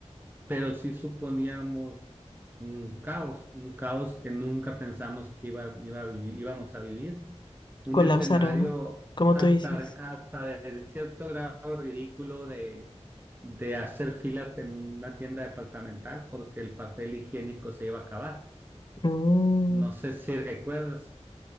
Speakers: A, on the right (about 15°); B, on the left (about 40°).
A: pero sí suponíamos un caos, un caos que nunca pensamos que iba, iba a vivi- íbamos a vivir, un
B: Colapsaron,
A: escenario
B: ¿no? Como
A: hasta,
B: tú dices.
A: hasta de cierto grado ridículo de, de hacer filas en una tienda departamental porque el papel higiénico se iba a acabar.
B: Mm,
A: No sé si recuerdas